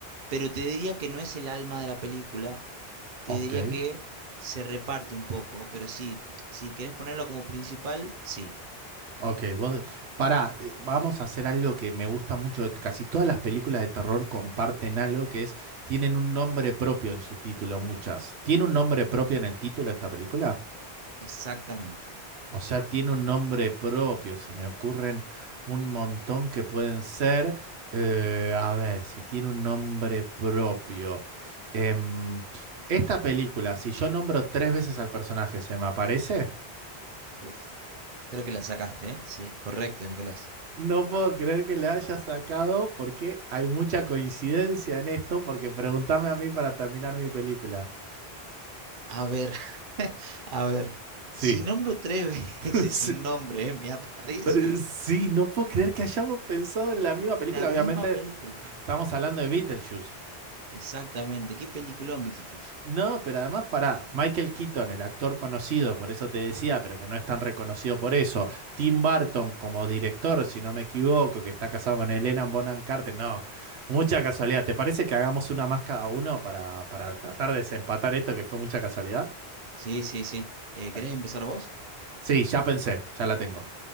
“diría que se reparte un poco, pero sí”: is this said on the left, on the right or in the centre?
Right